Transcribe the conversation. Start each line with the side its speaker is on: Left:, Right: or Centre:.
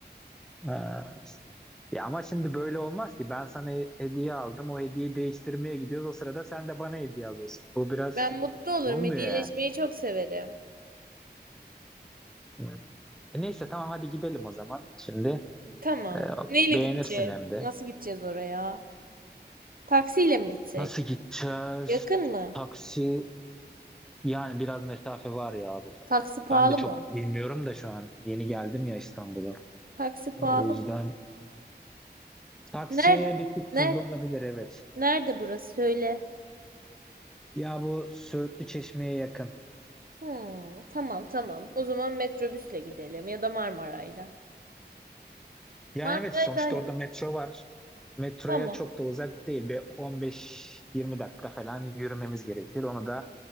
Centre: Ee, ya ama şimdi böyle olmaz ki. Ben sana he- hediye aldım. O hediyeyi değiştirmeye gidiyoruz. O sırada sen de bana hediye alıyorsun. Bu biraz
Right: Ben mutlu olurum.
Centre: olmuyor
Right: Hediyeleşmeyi
Centre: yani.
Right: çok severim.
Centre: Hı. E neyse tamam hadi gidelim o zaman. Şimdi
Right: Tamam.
Centre: Ee,
Right: Neyle
Centre: beğenirsin
Right: gideceğiz?
Centre: hem de.
Right: Nasıl gideceğiz oraya? Taksiyle mi gitsek?
Centre: Nasıl gideceğiz?
Right: Yakın mı?
Centre: Taksi Yani biraz mesafe var ya burada.
Right: Taksi pahalı
Centre: Ben de çok
Right: mı olur?
Centre: bilmiyorum da şu an yeni geldim ya İstanbul'a.
Right: Taksi pahalı.
Centre: O yüzden
Right: mı?
Centre: taksi
Right: Nerede?
Centre: bir tık
Right: Nerede?
Centre: tuzlu olabilir evet.
Right: Nerede burası? Söyle.
Centre: Ya bu Söğütlü Çeşme'ye yakın.
Right: Hmm, tamam tamam. O zaman metrobüsle gidelim ya da Marmaray'la.
Centre: Yani
Right: Marmaray
Centre: evet sonuçta
Right: daha yakın.
Centre: orada metro var. Metroya
Right: Tamam.
Centre: çok da uzak değil. Bir 15-20 dakika falan yürümemiz gerekir. Onu da